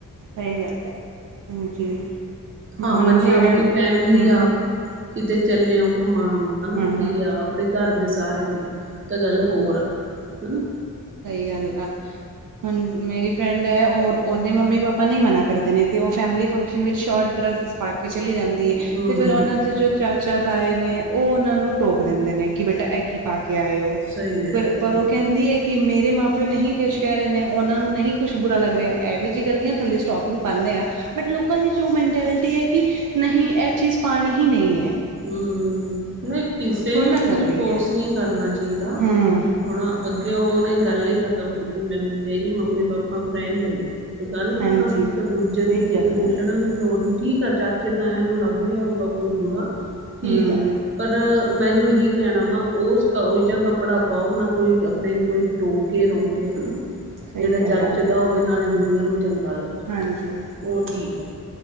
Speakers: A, on the right; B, on the right.
A: ਸਹੀ ਗੱਲ ਐ, ਹਾਂਜੀ।
B: ਹਾਂ
A: ਹੁਣ
B: ਮੰਨਿਆਂ
A: ਜਿਵੇਂ
B: ਆਪਣੀ
A: ਹੂੰ
B: ਫੈਮਿਲੀ ਆ,
A: ਹੂੰ
B: ਕਿਤੇ ਚੱਲੇ ਓ ਘੁੰਮਣ ਹਨਾ
A: ਹੂੰ ਹੂੰ
B: ਯਾ। ਆਪਣੇ ਘਰ ਦੇ ਸਾਰੇ ਨੇ ਤਾਂ ਗੱਲ ਹੋਰ ਆ, ਹਨਾ।
A: ਸਹੀ ਗੱਲ ਆ, ਹੁਣ ਮੇਰੀ ਫਰੈਡ ਏ, ਉਹ ਉਹਦੇ ਮੰਮੀ ਪਾਪਾ ਨਈ ਮਨਾ ਕਰਦੇ ਨੇ, ਤੇ ਉਹ ਫੈਮਿਲੀ ਫੰਕਸ਼ਨ ਵਿੱਚ ਸ਼ੋਰਟ ਡਰੈਸਿਸ ਪਾ ਕੇ ਚਲੀ ਜਾਂਦੀ ਐ।
B: ਹੂੰ
A: ਤੇ ਫਿਰ
B: ਹੂੰ
A: ਉਹਨਾਂ
B: ਹੂੰ
A: ਦੇ ਜੋ ਚਾਚਾ, ਤਾਏ ਨੇ ਉਹ ਉਹਨਾਂ ਨੂੰ ਟੋਕ ਦਿੰਦੇ ਨੇ ਕਿ ਬੇਟਾ ਐਹ ਕੀ ਪਾ ਕੇ ਆਏ ਓ।
B: ਸਹੀ ਹੈ
A: ਪਰ-
B: ਹਾਂ
A: ਪਰ ਉਹ ਕਹਿੰਦੀ ਏ ਕਿ ਮੇਰੇ ਮਾਂ ਪਿਓ ਨਹੀਂ ਕੁੱਛ ਕਹਿ ਰਹੇ ਨੇ, ਉਹਨਾਂ ਨੂੰ ਨਹੀਂ ਕੁੱਛ ਬੁਰਾ ਲੱਗ ਰਿਆ, ਐਹੋ ਜਿਹੀ ਗੱਲ ਨੀ ਆ ਥੱਲੇ ਸਟੋਕਿੰਗ ਪਾਦੇ ਆ। ਬਟ ਲੋਕਾਂ ਦੀ ਜੋ ਮੈਂਟੈਲਿਟੀ ਐ, ਕਿ ਨਹੀਂ ਐ ਚੀਜ਼ ਪਾਨੀ ਹੀ ਨਹੀਂ ਐ।
B: ਹੂੰ, ਨਈ ਕਿਸੇ ਨੂੰ
A: ਨਾ
B: ਤੁਸੀਂ
A: ਕਰ ਰਹੀ
B: ਫੋਰਸ
A: ਹੈ
B: ਨੀਂ ਕਰਨਾ ਚਾਹ ਚਾਹੀਦਾ,
A: ਹੂੰ
B: ਹੁਣ ਅੱਗੇ ਉਹ ਨੇ ਗੱਲ ਇਹ ਖ਼ਤਮ ਕੀਤੀ, ਮ ਮੇਰੀ-ਮੰਮੀ ਪਾਪਾ ਫਰੈਂਕ ਨੇ। ਤੇ ਗੱਲ
A: ਹਾਂਜੀ
B: ਖ਼ਤਮ, ਫਿਰ ਦੂਜੇ
A: ਸਹੀ
B: ਤੀਜੇ
A: ਗੱਲ
B: ਨੇ
A: ਹੈ
B: ਬੋਲਣਾ ਵੀ ਲੋੜ ਨੀਂ ਠੀਕ ਆ ਚਾਚ ਚੇ-ਤਾਇਆ ਨੂੰ ਲੱਗ ਰਿਹਾ ਹੋਊਗਾ ਕੋਈ ਬੁਰਾ ਠੀਕ
A: ਹੂੰ
B: ਆ, ਪਰ ਮੈਨੂੰ ਇਹੀ ਕੈਣਾ ਵਾ ਓਸ‌ ਓਹੋ ਜਾ ਕੱਪੜਾ ਪਾਓ ਨਾ ਕੋਈ, ਆਪਣੇ ਨੂੰ ਕੋਈ ਟੋਕੇ ਰੋਕੇ ਹਨਾ।
A: ਸਹੀ
B: ਜਿਹੜਾ ਜੱਚਦਾ
A: ਗੱਲ ਹੈ
B: ਹੋਵੇ ਨਾਲੇ ਦੁਨੀਆਂ ਨੂੰ ਚੰਗਾ ਲੱਗੇ,
A: ਹਾਂਜੀ
B: ਉਹ ਠੀਕ ਐ।